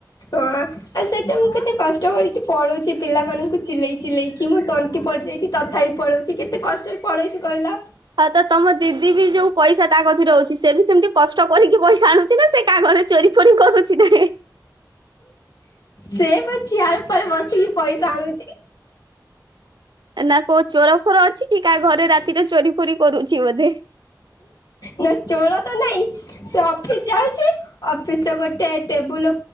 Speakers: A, on the left (about 65°); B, on the right (about 85°).
A: ମୁଁ କେତେ କଷ୍ଟ କରିକି ପଳଉଛି ପିଲାମାନଙ୍କୁ ଚିଲେଇ ଚିଲେଇକି ମୁଁ ତଣ୍ଟି ପଡି଼ଯାଇଛି ତଥାପି ପଳଉଛି। କି କେତେ କଷ୍ଟରେ ପଳଉଛି କହିଲ।
B: ହଉ ତ ତମ ଦିଦି ବି ଯୋଉ ପଇସା ତା ଗଛରେ ରହୁଛି ସେ ବି ସେମିତି କଷ୍ଟ କରିକି ପଇସା ଆଣୁଛି ନା ସେ କା ଘରେ ଚୋରି ଫୋରି କରୁଛି ଯେ
A: ସେ ପା ଛିଆଳୁ ପାଳୁ ପସିକି ପଇସା ଆଣୁଛି।
B: ନା କୋଉ ଚୋର ଫୋର ଅଛି କି କାହା ଘରେ ରାତିରେ ଚୋରି ଫୋରି କରୁଛି ବୋଧେ।
A: ନା ଚୋର ତ ନାଇଁ ସେ ଅଫିସ ଯାଉଛି। ଅଫିସ ର ଗୋଟେ ଟେବୁଲ